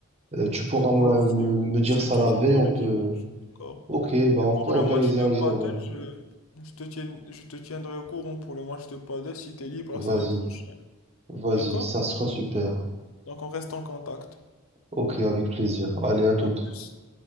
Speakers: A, on the right; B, on the left.
A: euh, tu pourras
B: oui,
A: moi,
B: moi je suis
A: me, me dire
B: je suis
A: ça
B: toujours
A: la veille,
B: tous
A: on
B: les
A: peut...
B: dimanches. D'accord.
A: Ok, bah on
B: Pour
A: peut organiser
B: le match de
A: un jour.
B: paddle, je, je te tiens- je te tiendrai au courant pour le match de paddle si tu es libre la
A: euh, Vas-y,
B: semaine prochaine.
A: vas-y,
B: D'accord?
A: ça sera super.
B: Donc on reste en contact.
A: Ok, avec plaisir. Allez, à toutes.
B: À plus.